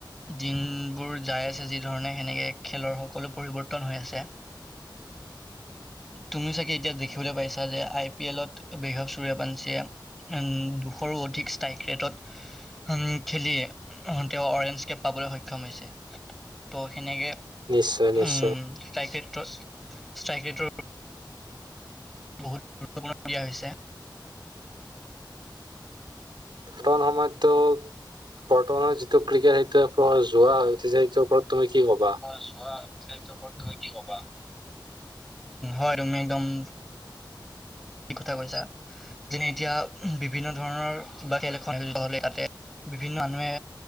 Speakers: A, in the centre; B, on the right.
A: দিনবোৰ যায় আছে যি ধৰণে। সেনেকে খেলৰ সকলো পৰিৱৰ্তন হৈ আছে। তুমি চাগে এতিয়া দেখিবলৈ পাইছা যে আই পি এলত বৈভৱ সূৰ্য্যবংশীয়ে উম, দুশৰো অধিক ষ্টাইক ৰেটত হম, খেলিয়ে অ' তেওঁ অৰেঞ্জ কেপ পাবলৈ সক্ষম হৈছে। ত' সেনেকে
B: নিশ্চয় নিশ্চয়
A: উম ষ্ট্ৰাইক ৰেটত ষ্ট্ৰাইক ৰেটৰ বহুত গুৰুত্বপূৰ্ণ দিয়া হৈছে।
B: সময়ত তোক বৰ্তমানৰ যিটো ক্ৰিকেট সেইটো যোৱা উঠিছে সেইটোৰ ওপৰত তুমি কি কবা?
A: যোৱা এই ৰাজ্য ওপৰত তুমি কি কবা হয় তুমি একদম সঠিক কথা কৈছা। যেনে এতিয়া বিভিন্ন ধৰণৰ কিবা খেল এখন খেল হলে তাতে বিভিন্ন মানুহে